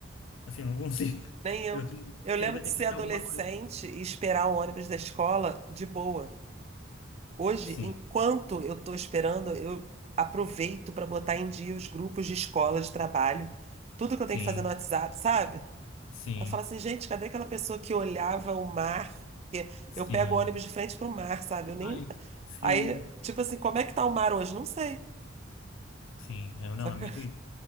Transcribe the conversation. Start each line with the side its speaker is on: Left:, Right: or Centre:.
Left: Assim, eu não consigo. <laughs>
Right: Nem eu.
Left: Eu tenho-
Right: Eu lembro
Left: sempre
Right: de
Left: tenho
Right: ser
Left: que achar
Right: adolescente
Left: alguma coisa.
Right: e esperar o ônibus da escola de boa. Hoje,
Left: Sim,
Right: enquanto eu estou esperando, eu aproveito para botar em dia os grupos de escola, de trabalho, tudo que eu
Left: sim,
Right: tenho que fazer no WhatsApp, sabe?
Left: sim,
Right: Eu falo assim, gente, cadê aquela pessoa que olhava o mar? Porque
Left: sim.
Right: eu pego o ônibus de frente para o mar, sabe? Eu nem.
Left: Ai, sim,
Right: Aí, tipo assim, como é que tá o mar hoje? Não sei.
Left: sim. Eu não,
Right: Só que
Left: é muito isso.